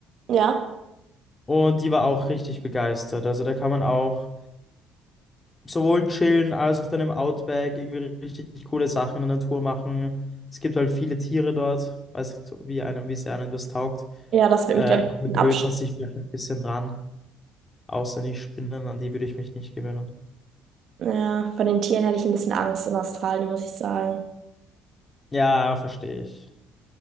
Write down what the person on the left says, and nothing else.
und die war auch richtig begeistert. Also da kann man auch sowohl chillen als auch dann im Outback irgendwie richtig coole Sachen in der Natur machen. Es gibt halt viele Tiere dort, weiß nicht, wie einem, wie sehr einem das taugt.
Äh,
da
gewöhnt
man sich vielleicht ein bisschen dran, außer die Spinnen, an die würde ich mich nicht gewöhnen.
Ja, verstehe ich.